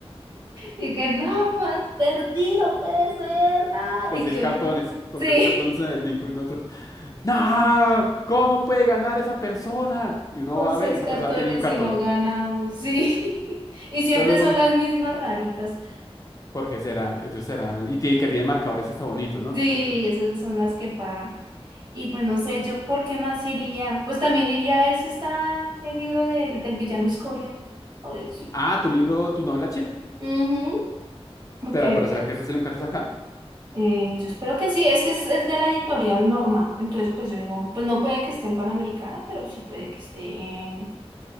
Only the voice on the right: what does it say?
Y que no, pues, perdí, no puede ser. Ah,
y
que
sí.
Con
seis
cartones
y no ganamos, sí. <laughs> Y siempre
son las mismas raritas.
Sí,
esas son las que pagan. Y pues no sé, yo por qué más iría. Pues también iría a ver si está el libro del, del villano Escoria. A ver si.
Ujú, Porque
eh, yo espero que sí. Es que es, es de la editorial Norma. Entonces, pues yo digo, pues no puede que esté en Panamericana, pero sí puede que esté en.